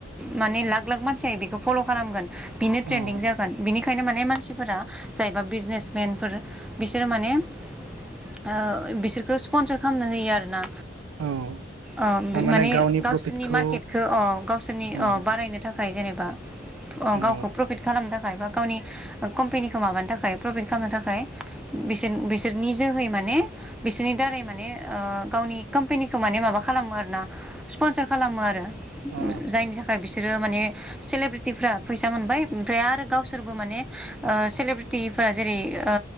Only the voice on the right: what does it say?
औ
औ
थारमाने
गावनि
प्रफिटखौ
औ
औ
औ